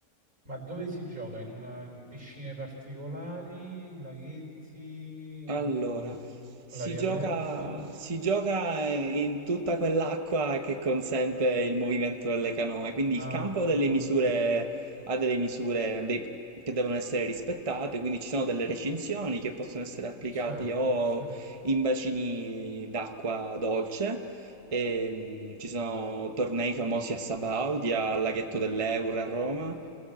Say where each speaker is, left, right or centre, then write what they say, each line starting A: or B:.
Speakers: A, on the right; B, on the right.
A: Ma dove si gioca? In una in piscine particolari, laghetti
B: Allora,
A: o
B: si
A: all'aria
B: gioca,
A: aperta?
B: si gioca eh, in tutta quell'acqua che consente il movimento delle canoe, quindi
A: Ah,
B: il campo ha delle
A: ok,
B: misure, ha delle misure dei- che devono essere rispettate, quindi ci sono delle recinzioni che possono essere applicate
A: certo,
B: o
A: sì, sì.
B: in bacini d'acqua dolce, e, mm, ci sono tornei famosi a Sabaudia, al laghetto dell'Eura a Roma,